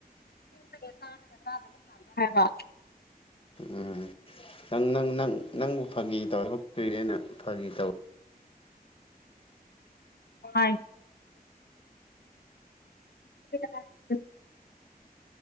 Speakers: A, on the left; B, on the left.
A: ꯑꯁ ꯇꯥꯔꯒ ꯇꯥꯗꯕꯕ
B: ꯎꯝ ꯅꯪ ꯅꯪ ꯅꯪ ꯅꯪꯕꯨ ꯐꯥꯒꯤ ꯇꯧ ꯀꯨꯏꯔꯦꯅ ꯐꯥꯒꯤ ꯇꯧ
A: ꯃꯥ <inaudible>